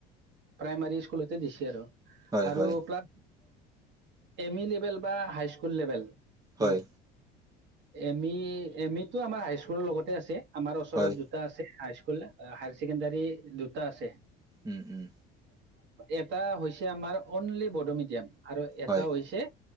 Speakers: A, on the right (about 60°); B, on the right (about 15°).
A: প্ৰাইমাৰী স্কুলতে দিছে আৰু।
B: হয়
A: আৰু
B: হয়
A: প্লাছ এম ই লেভেল বা হাই স্কুল লেভেল
B: হয়
A: উম এম ই এম ইটো আমাৰ হাইস্কুলৰ লগতে আছে। আমাৰ ওচৰত
B: হয়
A: দুটা আছে, হাইস্কুল হায়াৰ ছেকেণ্ডাৰী দুটা আছে।
B: উম উম।
A: এটা হৈছে আমাৰ অনলি বড মিডিয়াম আৰু এটা
B: হয়
A: হৈছে